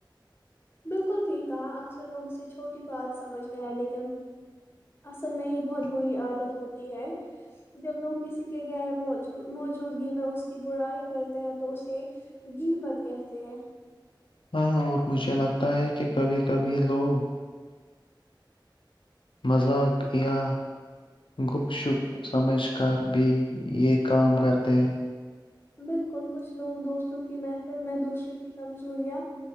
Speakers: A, on the left; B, on the left.
A: بالکل ٹھیک کہا اکثر لوگ اسے چھوٹی بات سمجھتے ہیں لیکن اصل میں یہ بہت بری عادت ہوتی ہے جب لوگ کسی کے غیر مو موجودگی میں اس کی برائی کرتے ہیں تو اسے یہ بات کہتے ہیں
B: ہاں اور مجھے لگتا ہے کہ کبھی کبھی لوگ مذاق یا گپ شپ سمجھ کر بھی یہ کام کرتے ہیں
A: بالکل کچھ لوگ دوستوں کی محفل میں دوسروں کی کمزوریاں